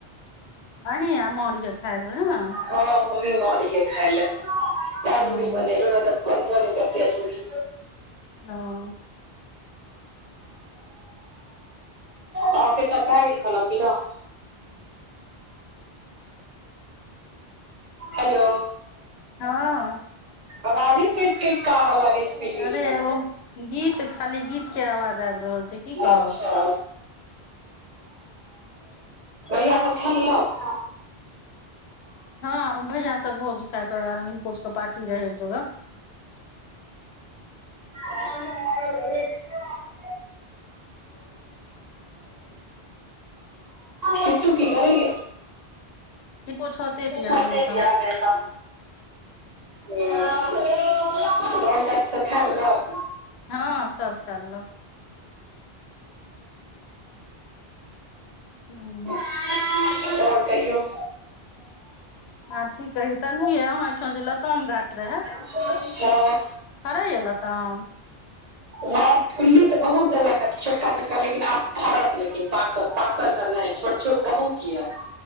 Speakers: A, on the left; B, on the right.
A: अ आम अरिक खायल ने
B: हँ हम्मी मरीिय खाय ल त
A: ओ
B: झूरीी बनेलु ने तऽ बनबो न करती आ झूड़ी
A: ओ
B: अहाँके सभ भए गेल खाना पीना हेलो
A: हँ
B: अवाजे केटकेटका आव लागे छै बीच बीच
A: अरे
B: मे
A: ओ गीत खाली गीत के आवाज आबि रहल छै की कहब
B: अच्छा गैय सभ खा लेलक
A: हँ बढ़आँ से भोज खा कर चोर चपाटीरहै एक जगह
B: आ क तू की करेग
A: हिनको छते पे
B: ओछोते
A: ये हमरे संग
B: पिया हमे त ह बल चाच सब खा लेलक
A: हँ सब खेलल हँ
B: आओर कहियौ
A: आर की कही तेनू ये अहाँ हिठाम जे लताम गाछ रहे
B: हँ
A: फरैया लताम
B: हँ फुल्ली तऽ बहुत देलकए ह छोटका छोटका लेकिन आब फड़त लेकिन पाकत पाकल हे नहि छोट छोट बहुत यऽ